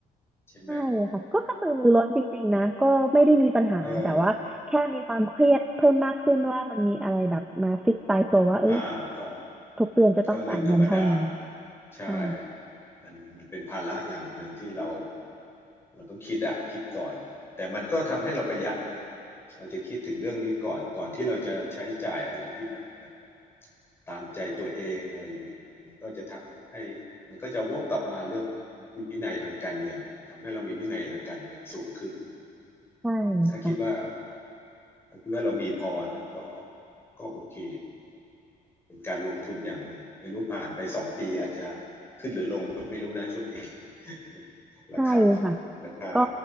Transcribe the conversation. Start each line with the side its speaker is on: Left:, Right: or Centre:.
Left: ใช่ไหม
Centre: ใช่ค่ะก็กระตือรือร้นจริงๆนะก็ไม่ได้มีปัญหาแต่ว่าแค่มีความเครียดเพิ่มมากขึ้นว่ามันมีอะไรแบบมาฟิกตายตัวว่าเอ้ย
Left: เอออ่าก็
Centre: ทุกเดือนจะต้องจ่ายเงินเท่านี้
Left: มันก็เรื่องธรรมดา ใช่
Centre: ใช่
Left: มันมันเป็นภาระอย่างหนึ่งที่เรามันต้องคิดอะคิดก่อนแต่มันก็ทำให้เราประหยัดนะเราจะคิดถึงเรื่องนี้ก่อนก่อนที่เราจะใช้จ่ายอะไรที่มันแบบตามใจตัวเองอะไรอย่างเงี้ยมันก็จะทำให้มันก็จะวกกลับมาเรื่องวินัยทางการเงินทำให้เรามีวินัยทางการเงินสูงขึ้น
Centre: ใช่
Left: อืมถ้าคิดว่า
Centre: ค่ะ
Left: ถ้าคิดว่าเรามีพอนะก็ก็โอเคเป็นการลงทุนอย่างหนึ่งไม่รู้ผ่านไปสองปีอาจจะขึ้นหรือลงก็ไม่รู้นะช่วงนี้ <laughs>
Centre: ใช่ค่ะ
Left: ราคาราคา
Centre: ก็